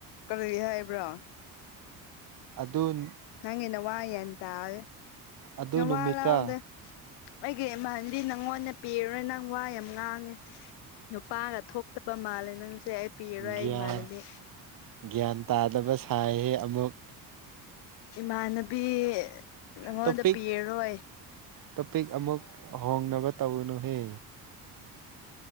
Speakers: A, on the left; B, on the right.
A: ꯀꯔꯤ ꯍꯥꯏꯕ꯭ꯔꯣ
B: ꯑꯗꯨꯟ
A: ꯅꯪꯒꯤ ꯅꯋꯥ ꯌꯥꯟ ꯇꯥꯔꯦ
B: ꯑꯗꯨ
A: ꯅꯋꯥ
B: ꯅꯨꯃꯤꯠꯇ
A: ꯂꯥꯎꯗꯦ ꯑꯩꯒꯤ ꯏꯃꯥꯟ ꯗꯤ ꯅꯪꯉꯣꯟꯗ ꯄꯤꯔꯔꯣꯏ ꯅꯪ ꯋꯥ ꯌꯥꯝ ꯉꯥꯡꯉꯦ ꯅꯨꯄꯥꯒ ꯊꯣꯛꯇꯕ ꯃꯥꯜꯂꯦ ꯅꯪꯁꯦ ꯑꯩ ꯄꯤꯔꯣꯏ
B: ꯒ꯭ꯌꯥꯟ
A: ꯑꯩ ꯏꯃꯥꯟꯅꯕꯤ
B: ꯒ꯭ꯌꯥꯟ ꯇꯥꯗꯕ ꯁꯥꯏꯍꯦ ꯑꯃꯨꯛ
A: ꯏꯃꯥꯟꯅꯕꯤ ꯅꯪꯉꯣꯟꯗ
B: ꯇꯣꯄꯤꯛ
A: ꯄꯤꯔꯔꯣꯏ
B: ꯇꯣꯄꯤꯛ ꯑꯃꯨꯛ ꯍꯣꯡꯅꯕ ꯇꯧꯅꯨꯍꯦ